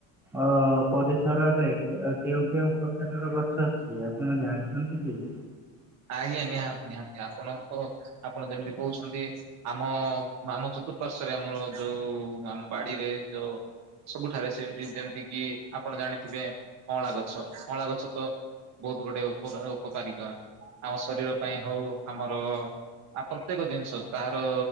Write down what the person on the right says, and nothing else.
ଆଜ୍ଞା ନିହାତି ନିହାତି ଆପଣଙ୍କ ଆପଣ ଯେମିତି କହୁଛନ୍ତି ଆମ ଆମ ଚତୁର ପାର୍ଶ୍ୱ ରେ ଆମର ଯୋଉ ଆମ ବାଡିରେ ଯୋଉ ସବୁଠାରେ ସେମତି ଯେମିତି କିି ଆପଣ ଜାଣିଥିବେ ଅଁଳା ଗଛ, ଅଁଳା ଗଛ ତ ବହୁତ ଗୋଟେ ଉପ ଉପକାରିତା ଆମ ଶରୀର ପାଇଁ ହଉ ଆମର ଆ ପ୍ରତ୍ୟେକ ଜିନିଷ ତାହାର